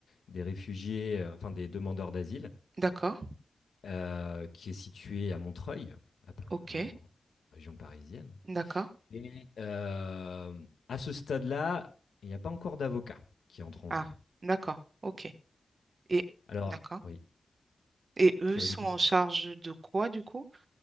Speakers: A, on the left; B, on the right.
A: des réfugiés, euh, enfin des demandeurs d'asile,
B: d'accord,
A: euh, qui est située à Montreuil, à Pa-
B: ok,
A: hein, dans la région parisienne.
B: d'accord.
A: Et euh, à ce stade-là, il n'y a pas encore d'avocat qui entre en
B: Ah,
A: jeu.
B: d'accord, ok. Et
A: Alors,
B: d'accord.
A: oui,
B: Et eux
A: tu
B: sont
A: avais une question.
B: en charge de quoi du coup?